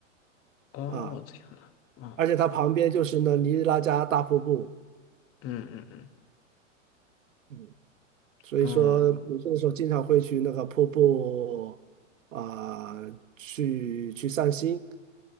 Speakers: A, on the left (about 35°); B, on the right (about 80°).
A: 哦，
B: 啊。
A: 这样的。哦，
B: 而且它旁边就是那尼亚拉加大瀑布，
A: 嗯嗯
B: 嗯，所以说没事的时候经常会去那个瀑布
A: 嗯，哦，
B: 啊、去去散心